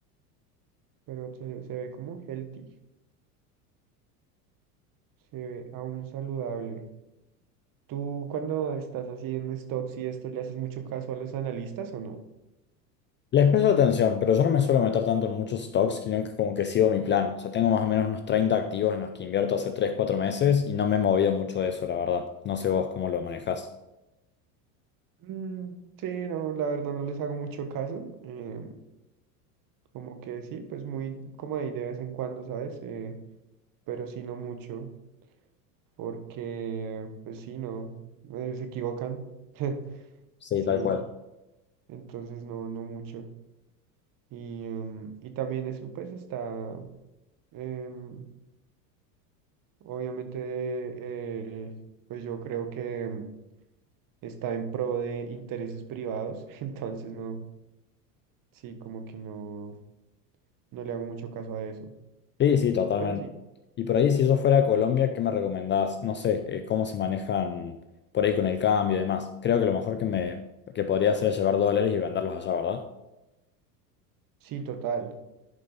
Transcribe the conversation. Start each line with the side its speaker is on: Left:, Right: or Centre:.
Right: pero se, se ve como healthy, se ve aún saludable. ¿Tú cuando estás haciendo stocks y esto le haces mucho caso a los analistas o no?
Left: Les presto atención, pero yo no me suelo meter tanto en muchos stocks, sino que como que sigo mi plan. O sea, tengo más o menos unos 30 activos en los que invierto hace 3, 4 meses y no me he movido mucho de eso, la verdad. No sé vos cómo lo manejás.
Right: Mm, sí, no, la verdad no les hago mucho caso. eh, como que sí, pues muy como ahí de vez en cuando, ¿sabes? Eh, pero sí no mucho, porque pues sí, no, eh, se equivocan. <laughs>
Left: Sí,
Right: Sí,
Left: tal cual.
Right: entonces no, no mucho. Y, em, y también eso pues está... em, Obviamente, eh, pues yo creo que mm, está en pro de intereses privados, <laughs> entonces no, sí, como que no, no le hago mucho caso a eso.
Left: Sí, sí, totalmente.
Right: Pero sí,
Left: Y por ahí, si yo fuera a Colombia, ¿qué me recomendás? No sé, eh, cómo se manejan por ahí con el cambio y demás. Creo que lo mejor que me que podría hacer es llevar dólares y venderlos allá, ¿verdad?
Right: sí, total.